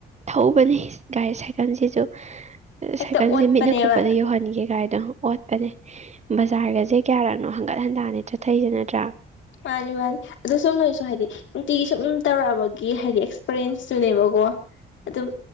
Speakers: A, on the right; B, on the left.
A: ꯊꯧꯕꯅꯤ ꯒꯥꯔꯤ ꯁꯥꯏꯀꯜꯁꯤꯁꯨ
B: ꯍꯦꯛꯇ
A: ꯁꯥꯏꯀꯜꯁꯦ
B: ꯑꯣꯠꯄꯅꯦꯕ
A: ꯃꯤꯠꯅ ꯀꯨꯞꯄꯗ ꯌꯧꯍꯟꯒꯦ ꯀꯥꯏꯗꯣ ꯑꯣꯠꯄꯅꯦ ꯕꯖꯥꯔꯒꯁꯦ ꯀꯌꯥꯔꯛꯅꯣ ꯍꯪꯒꯠ ꯍꯟꯗꯥꯅꯦ ꯆꯠꯊꯩꯁꯦ ꯅꯠꯇ꯭ꯔꯥ
B: ꯃꯥꯅꯤ ꯃꯥꯅꯤ ꯑꯗꯨ ꯁꯨꯝ ꯅꯣꯏꯁꯨ ꯍꯥꯏꯗꯤ ꯅꯨꯡꯇꯤꯒꯤ ꯁꯨꯝ ꯇꯧꯔꯛꯑꯕꯒꯤ ꯍꯥꯏꯗꯤ ꯑꯦꯛꯁꯄꯔꯤꯌꯦꯟꯁꯇꯨꯅꯦꯕꯀꯣ ꯑꯗꯨꯝ